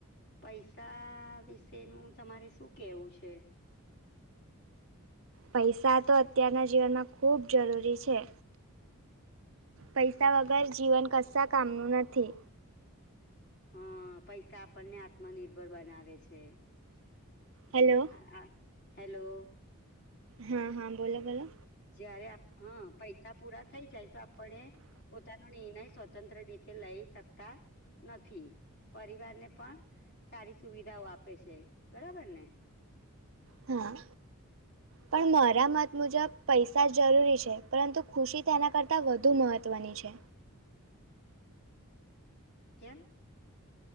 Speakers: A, on the left; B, on the right.
A: પૈસા વિશેનું તમારે શું કેવું છે?
B: પૈસા તો અત્યારના જીવનમાં ખૂબ જરૂરી છે. પૈસા વગર જીવન કશા કામનું નથી.
A: હા પૈસા આપણને આત્મનિર્ભર બનાવે છે. હમ્મ
B: હલો
A: આ આ હેલો.
B: હા હા, બોલો બોલો.
A: જયારે હા પૈસા પૂરા થઈ જાય તો આપણે પોતાનો નિર્ણય સ્વતંત્ર રીતે લઈ શકતા. નથી પરિવાર ને પણ સારી સુવિધાઓ આપે છે બરાબર ને
B: હા પણ મારા મત મુજબ પૈસા જરૂરી છે પરંતુ ખુશી તેના કરતાં વધુ મહત્ત્વની છે.
A: કેમ